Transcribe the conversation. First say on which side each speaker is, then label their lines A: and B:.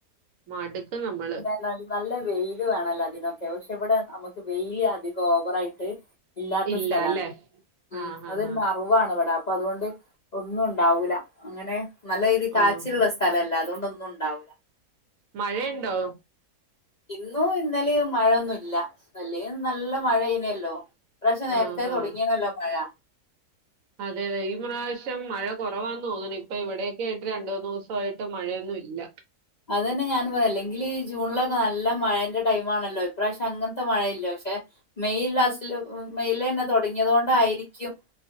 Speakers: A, on the right; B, on the left.
A: മടുക്കും നമ്മള്.
B: നൽ നല്ല വെയില് വേണല്ലോ അതിനൊക്കെ പക്ഷെ ഇവിടെ നമുക്ക് വെയില് അധിക ഓവറായിട്ട്. ഇല്ലാത്ത
A: ഇല്ല
B: സ്ഥലാണ്
A: അല്ലേ
B: ഉം
A: ആഹ്
B: അതൊരു
A: ആഹ് ആഹ്
B: മറവാണ് ഇവിടെ അപ്പൊ അതുകൊണ്ട്. ഒന്നും ഒണ്ടാവൂല അങ്ങനെ നല്ല രീതി കാച്ചിള്ള
A: ഓഹ്
B: സ്ഥലല്ല അതുകൊണ്ടൊന്നും ഒണ്ടാവൂല്ല
A: മഴയൊണ്ടോ
B: ഇന്നു ഇന്നലെയൊ മഴോന്നു ഇല്ല അല്ലങ്കി നല്ല മഴ ഇനല്ലോ ഈ പ്രാവശ്യം നേരത്തെ
A: ആഹ്
B: തുടങ്ങിന്നാല്ലോ
A: ആഹ്
B: മഴ
A: അതെ അതെ ഈ പ്രാവശ്യം മഴ കൊറവാന്ന് തോന്നുന്നു ഇപ്പ ഇവിടെക്കെ ആയിട്ട് രണ്ടുന്നുസയിട്ട് മഴഒന്നും ഇല്ല
B: അത് തന്നെ ഞാൻ പറയല്ലെങ്കിൽ ഈ ജൂണിലൊക്കെ നല്ല മഴന്റെ ടൈംമാണല്ലോ ഇപ്രാവശ്യം അങ്ങത്തെ മഴഇല്ലാ പക്ഷെ മെയ് ലാസ്റ്റില് മെയിലാന്നെ തൊടങ്ങിയത് കൊണ്ടായിരിക്കും